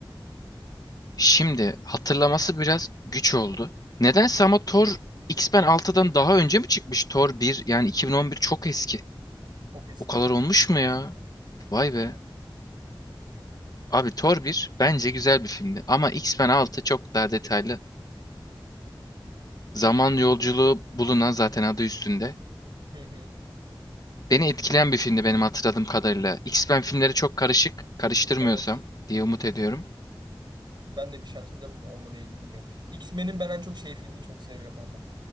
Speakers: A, on the left (about 45°); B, on the right (about 60°).
A: Şimdi hatırlaması biraz güç oldu. Nedense ama Thor X-Men 6'dan daha önce mi çıkmış? Thor bir yani 2011 çok eski.
B: Çok eski
A: O kadar
B: zaten
A: olmuş
B: 2019.
A: mu ya? Vay be.
B: Evet.
A: Abi Thor bir bence güzel bir filmdi ama X-Men Altı çok daha detaylı. Zaman yolculuğu bulunan zaten adı üstünde.
B: Hı hı.
A: Beni etkileyen bir filmdi benim hatırladığım kadarıyla. X-Men filmleri çok karışık, karıştırmıyorsam
B: Evet.
A: diye umut ediyorum.
B: Ben de bir şey hatırlamıyorum. O mu değil mi bilmiyorum. X-Men'in ben en çok şey filmini çok seviyorum ama.